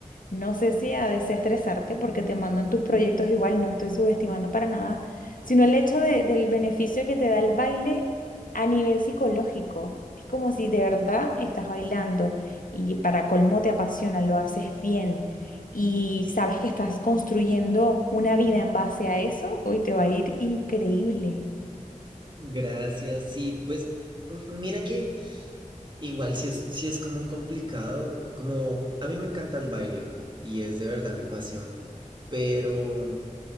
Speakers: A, on the left; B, on the right.
A: no sé si a desestresarte, porque te mandan tus proyectos igual, no estoy subestimando para nada, sino el hecho de- del beneficio que te da el baile a nivel psicológico. Es como si de verdad estás bailando y para colmo te apasiona, lo haces bien. Y sabes que estás construyendo una vida en base a eso, hoy te va a ir increíble.
B: gracias, sí, pues m- mira que igual si es, si es como complicado, como a mí me encanta el baile y es de verdad mi pasión, pero